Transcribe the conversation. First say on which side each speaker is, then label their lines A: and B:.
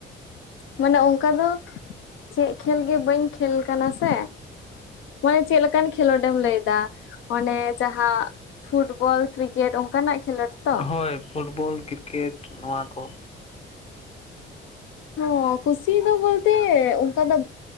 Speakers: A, on the left; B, on the left.
A: ᱢᱟᱱᱮ ᱚᱝᱠᱟ ᱫᱚ ᱪᱮᱫ ᱠᱷᱮᱞ ᱜᱮ ᱵᱟᱹᱧ ᱠᱷᱮᱞ ᱠᱟᱱᱟ ᱥᱮ! ᱢᱟᱱᱮ ᱪᱮᱫ ᱞᱮᱠᱟᱱ ᱠᱷᱮᱞᱳᱰ ᱮᱢ ᱞᱟᱹᱭ ᱫᱟ᱾ ᱚᱱᱮ ᱡᱟᱦᱟᱸ ᱯᱷᱩᱴᱵᱚᱞ, ᱠᱨᱤᱠᱮᱴ, ᱚᱝᱠᱟᱱᱟᱼᱜ ᱠᱷᱮᱞᱳᱰ ᱛᱚ
B: ᱦᱳᱭ ᱯᱷᱩᱴᱵᱚᱞ, ᱠᱤᱨᱠᱮᱴ, ᱱᱚᱣᱟ ᱠᱚ᱾
A: ᱦᱚᱸᱻ ᱠᱩᱥᱤ ᱫᱚ ᱵᱚᱞᱛᱮ ᱚᱝᱠᱟ ᱫᱚ